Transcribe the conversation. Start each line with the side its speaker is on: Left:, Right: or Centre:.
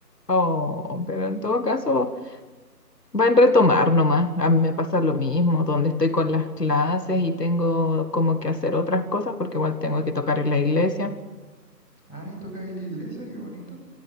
Left: Oh, pero en todo caso, va en retomar nomás. A mí me pasa lo mismo, donde estoy con las clases y tengo como que hacer otras cosas, porque igual tengo que tocar en la iglesia.
Centre: Ay, tocas en la iglesia, qué bonito.